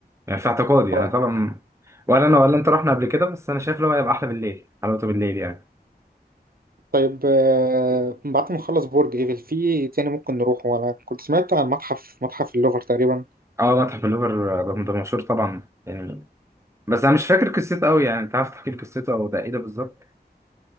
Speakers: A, on the right; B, on the right.
A: يعني في اعتقادي
B: اه
A: انا
B: أكيد.
A: طبعا ولا انا ولا انت رحنا قبل كده بس انا شايف اللي هو هيبقى احلى بالليل حلاوته بالليل يعني
B: طيب آه، بعد ما نخلص برج ايفل في تاني ممكن نروح وانا كنت سمعت عن متحف متحف اللوفر تقريبا
A: اه متحف اللوفر ده ده مشهور طبعا يعني بس انا مش فاكر قصته قوي يعني انت عارف تحكي لي قصته او ده ايه ده بالظبط